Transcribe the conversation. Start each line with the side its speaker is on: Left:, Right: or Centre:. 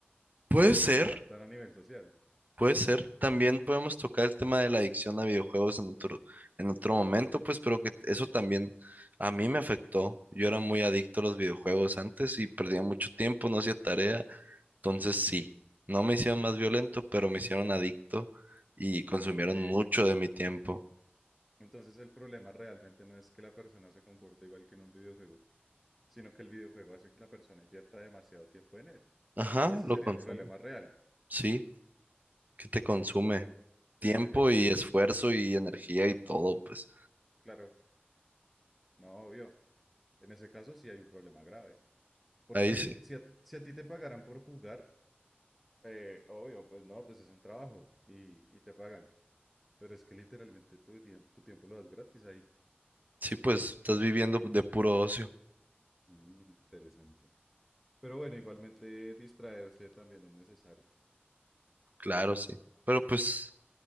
Right: Puede
Centre: Los
Right: ser,
Centre: desadaptan a nivel social.
Right: puede ser. También podemos tocar el tema de la adicción a videojuegos en otro, en otro momento, pues, pero que eso también a mí me afectó. Yo era muy adicto a los videojuegos antes y perdía mucho tiempo, no hacía tarea Entonces sí, no me hicieron más violento, pero me hicieron adicto y consumieron
Centre: Ok.
Right: mucho de mi tiempo.
Centre: Entonces el problema realmente no es que la persona se comporte igual que en un videojuego, sino que el videojuego hace que la persona invierta demasiado tiempo en él.
Right: Ajá,
Centre: Y ese
Right: lo
Centre: sería
Right: consumo.
Centre: el problema real.
Right: Sí, ¿qué te consume? Tiempo
Centre: Estoy de acuerdo.
Right: y esfuerzo y energía y todo, pues.
Centre: Claro, no, obvio. En ese caso sí hay un problema grave. Porque
Right: Ahí sí.
Centre: si a, si a ti te pagaran por jugar, eh, obvio, pues no, pues es un trabajo y, y te pagan. Pero es que literalmente tu, tiemp- tu tiempo lo das gratis ahí.
Right: Sí, pues estás viviendo de puro ocio.
Centre: Mm, interesante. Pero bueno, igualmente distraerse también es necesario.
Right: Claro, sí. Pero pues,